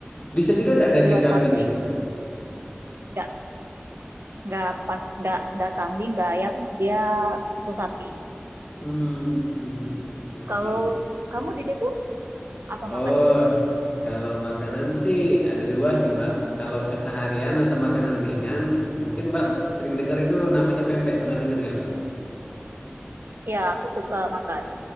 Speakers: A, on the left; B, on the right.
A: Bisa juga nggak daging
B: jeroan
A: kambing
B: sapi,
A: itu?
B: nggak nggak pak nggak nggak kambing nggak ayam, dia khusus sapi.
A: Hmm, hmm, hmm. Oke.
B: Kalau kamu di situ apa
A: Oh,
B: makanan khas?
A: kalau makanan sih ada dua sih, Mbak. Kalau keseharian atau makanan ringan, mungkin Mbak sering dengar itu namanya pempek. Pernah dengar nggak, Mbak?
B: Ya aku suka makan.